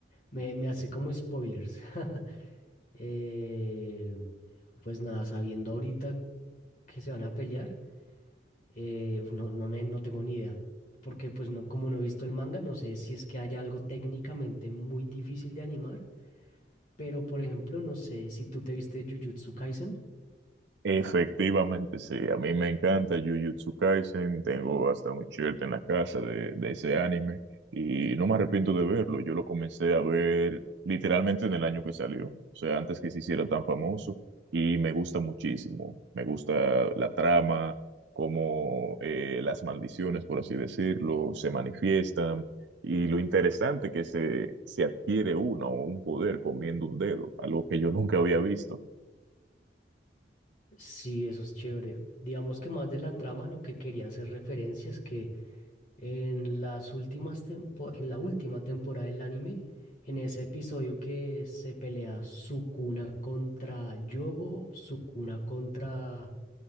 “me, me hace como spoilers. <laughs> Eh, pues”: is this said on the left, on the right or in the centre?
Left